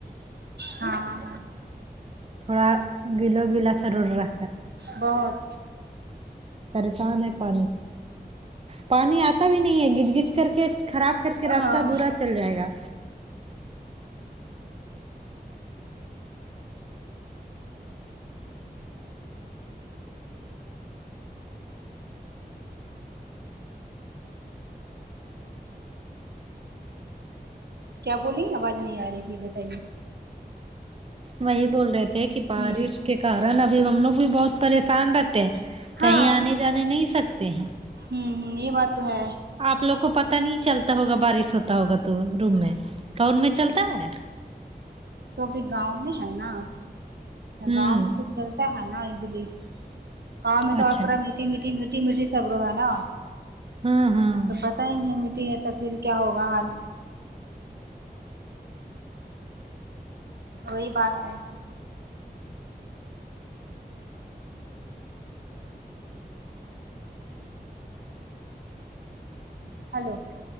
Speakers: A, on the right; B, on the right.
A: ہاں
B: تھوڑا گیلو گیلا سرورا
A: بہت
B: پریشان ہے پر پانی آتا بھی نہیں ہے گھچ گچ کر کے خراب کر کے راستہ
A: ہاں
B: دورا چل جائے گا
A: کیا بولی آواز نہیں آ رہی ہے بتائیے
B: وہی بول رہی تھی کہ بارش
A: ہوں
B: کے کارن ابھی ہم لوگ بھی بہت پریشان رہتے
A: ہاں
B: کہیں آنے جانے نہیں سکتے ہیں
A: ہوں ہ یہ بات تو ہے
B: آپ لوگ کو پتا نہیں چلتا ہوگا بارش ہوتا ہوگا تو روم میں ٹاؤن میں چلتا ہے
A: تو ابھی گاؤں میں ہے نا
B: ہوں
A: گاؤں میں تو چلتا ہے نا ایزیلی گاؤں میں تو
B: اچھا
A: آپ پر میٹھی میٹھی میٹھی میٹھی سبرو ہے نا
B: ہوں ہوں
A: تو پتہ ہی نہیں ہے میٹھی ہے تو پھر کیا ہوگا حال کوئی بات ہے ہیلو